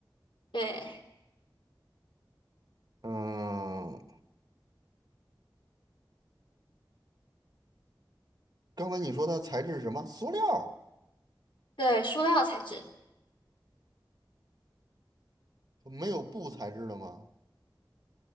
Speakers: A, on the left (about 85°); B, on the right (about 50°).
A: 对
B: 嗯，刚才你说它材质是什么？塑料，
A: 对，塑料材质
B: 没有布材质的吗？